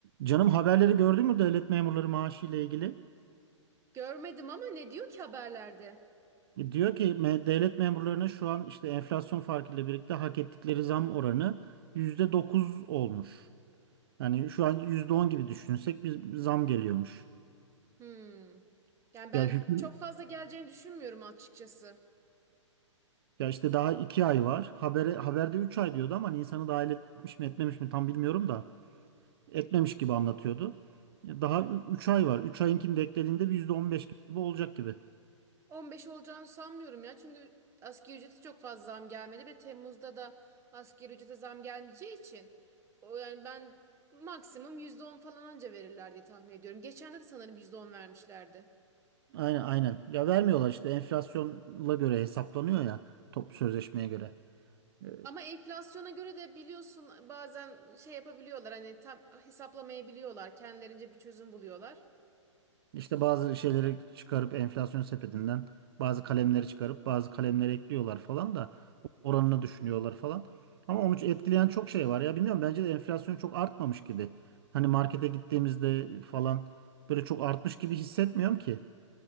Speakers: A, on the right; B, on the right.
A: Canım haberleri gördün mü devlet memurları maaşı ile ilgili?
B: Görmedim ama ne diyor ki haberlerde?
A: E, Diyor ki me- devlet memurlarına şu an işte enflasyon farkıyla birlikte hak ettikleri zam oranı %9 olmuş. Yani şu an %10 gibi düşünsek bir zam geliyormuş.
B: Hmm. Yani ben
A: Ya hüküm
B: çok fazla geleceğini düşünmüyorum açıkçası.
A: ya işte daha 2 ay var. Habere, haberde 3 ay diyordu ama Nisan'ı dahil etmiş mi etmemiş mi tam bilmiyorum da etmemiş gibi anlatıyordu. Ya Daha 3 ay var. üç ayinkini de eklediğinde bir %15 gibi olacak gibi.
B: 15 olacağını sanmıyorum ya. Çünkü asgari ücrete çok fazla zam gelmedi ve Temmuz'da da asgari ücrete zam gelmeyeceği için o yani ben maksimum %10 falan anca verirler diye tahmin ediyorum. Geçen de de sanırım %10 vermişlerdi.
A: Aynen aynen. Ya vermiyorlar işte enflasyonla göre hesaplanıyor ya top sözleşmeye göre. Ee,
B: Ama enflasyona göre de biliyorsun bazen şey yapabiliyorlar hani tam hesaplamayabiliyorlar. Kendilerince bir çözüm buluyorlar.
A: İşte bazı şeyleri çıkarıp enflasyon sepetinden bazı kalemleri çıkarıp bazı kalemleri ekliyorlar falan da oranını düşünüyorlar falan. Ama onu etkileyen çok şey var ya bilmiyorum bence de enflasyon çok artmamış gibi. Hani markete gittiğimizde falan böyle çok artmış gibi hissetmiyorum ki.